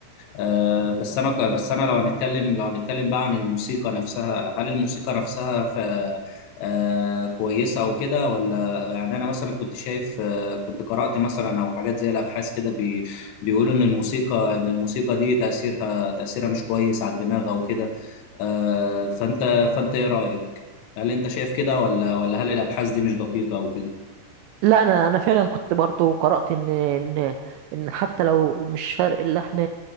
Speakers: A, on the left; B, on the right.
A: آه، بس انا ك- بس انا لو هنتكلم لو هنتكلم بقى عن الموسيقى نفسها هل الموسيقى نفسها ف... آه، كويسة وكده ولا يعني انا مثلا كنت شايف آه، كنت قرأت مثلا او حاجات زي الابحاث كده بي... بيقولوا ان الموسيقى ان الموسيقى دي تأثيرها تأثيرها مش كويس على الدماغ او كده آه، فانت فانت ايه رايك هل انت شايف كده ولا ولا هل الابحاث دي مش دقيقه او كده
B: لا انا انا فعلا كنت برضو قرأت ان ان ان حتى لو مش فرق اللحن